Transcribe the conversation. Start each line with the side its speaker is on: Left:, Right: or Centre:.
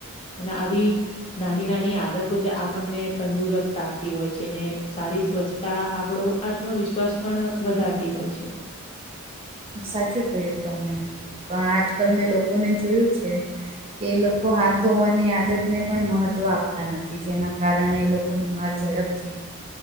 Left: અને આવી નાની નાની આદતો જ આપણને તંદુરસ્ત રાખતી હોય છેને સારી સ્વચછ તાં આપડો આત્મવિશ્વાસ પણ વધારતી હોય છે.
Right: સાચું કહ્યું તમે પણ આજકાલ મેં લોકોને જોયું છે. કે એ લોકો હાથ ધોવાની આદત ને પણ મહત્ત્વ આપતા નથી જેના કારણે એ લોકો બીમાર ઝડપથી